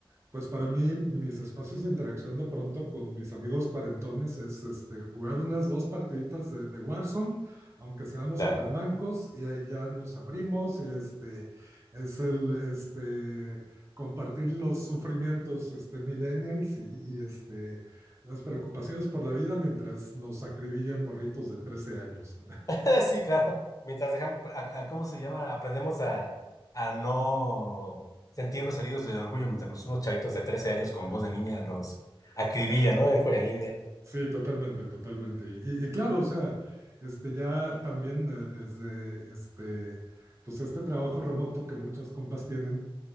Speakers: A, on the right; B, on the left.
A: pues para mí, mis espacios de interacción de pronto con mis amigos cuarentones es este, jugar unas dos partiditas de, de Warzone, aunque seamos
B: Claro.
A: supermancos, y ahí ya nos abrimos, y este, es el este, compartir los sufrimientos este, millennials y, y, este, las preocupaciones por la vida mientras nos acribillan morritos de 13 años.
B: <laughs> Sí, claro. Mientras dejamos, a- a- ¿cómo se llama? Aprendemos a, a no sentirnos heridos de orgullo mientras nos- unos chavitos de 13 años con voz de niña nos acribillan, ¿no? En, jue- en línea.
A: Sí, totalmente, totalmente. Y, y claro, o sea, este ya también eh, desde este, pues este trabajo remoto que muchos compas tienen,